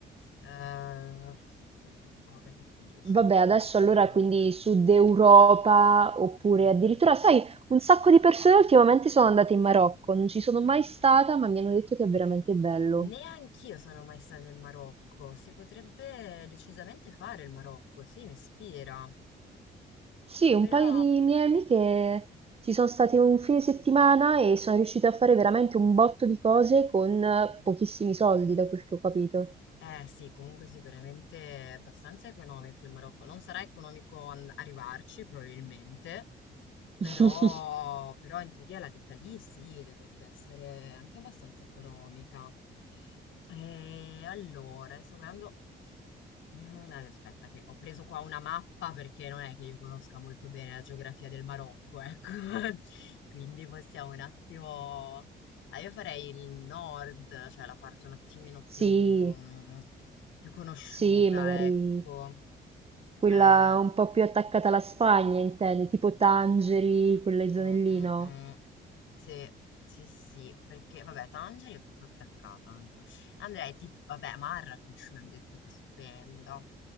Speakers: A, on the left; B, on the right.
A: Eh, fa- fa- fa, perché appunto diciamo,
B: Vabbè,
A: sta
B: adesso
A: iniziando.
B: allora quindi Sud Europa oppure
A: Mm.
B: addirittura, sai, un sacco di persone ultimamente sono andate in Marocco, non ci sono mai stata, ma mi hanno detto che è veramente bello.
A: Neanch'io sono mai stata in Marocco. Si potrebbe decisamente fare il Marocco, sì, mi ispira.
B: Sì, un
A: Però,
B: paio di miei amiche ci sono state un fine settimana e sono riuscite a fare veramente un botto di cose con eh, pochissimi soldi, da quel che ho capito.
A: eh sì, comunque sicuramente è abbastanza economico il Marocco. Non sarà economico an- arrivarci, probabilmente, però,
B: <laughs>
A: però in teoria la vita lì sì, dovrebbe essere anche abbastanza economica. E allora, sto guardando. Mhmm, ad aspetta che ho preso qua una mappa perché non è che io conosca molto bene la geografia del Marocco, ecco. <laughs> Quindi possiamo un attimo ah, io farei il nord, cioè la parte un attimino più
B: Sì,
A: mhmm, più conosciuta,
B: sì, magari
A: ecco.
B: quella
A: Ehm,
B: un po' più attaccata alla Spagna, intendi, tipo Tangeri, quelle
A: mh,
B: zone lì,
A: mh,
B: no?
A: mh. Sì, sì, sì, perché vabbè Tangeri è proprio attaccata, non so. Andrei tip vabbè Marrakech mi han detto che è stupenda.